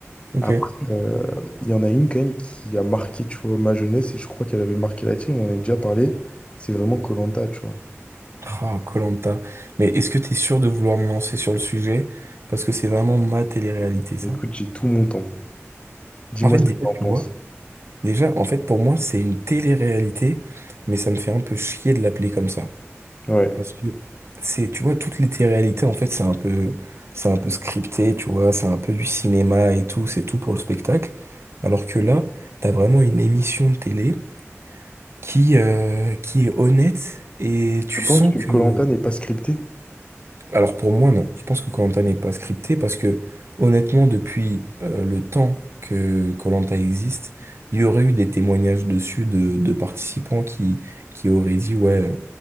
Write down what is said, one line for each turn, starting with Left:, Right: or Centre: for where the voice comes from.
Right: ok.
Left: Après, euh, il y en a une quand même qui a marqué, tu vois, ma jeunesse, et je crois qu'elle avait marqué la tienne, on en a déjà parlé, c'est vraiment koh tu vois.
Right: Ah, koh Mais est-ce que t'es sûr de vouloir me lancer sur le sujet? Parce que c'est vraiment ma télé-réalité, ça.
Left: Écoute, j'ai tout mon temps. Dis-moi
Right: En fait,
Left: ce
Right: déjà,
Left: que tu en
Right: tu
Left: penses.
Right: vois, déjà, en fait, pour moi, c'est une télé-réalité, mais ça me fait un peu chier de l'appeler comme ça.
Left: Ouais.
Right: Parce que c'est, tu vois, toutes les téléréalités, en fait, c'est un peu, c'est un peu scripté, tu vois, c'est un peu du cinéma et tout, c'est tout pour le spectacle. Alors que là, t'as vraiment une émission de télé qui, euh, qui est honnête et tu
Left: Je pense
Right: sens
Left: que koh
Right: que.
Left: n'est pas scripté.
Right: Alors pour moi, non. Je pense que koh n'est pas scripté parce que, honnêtement, depuis euh, le temps que koh existe, il y aurait eu des témoignages dessus de, de participants qui, qui auraient dit, ouais.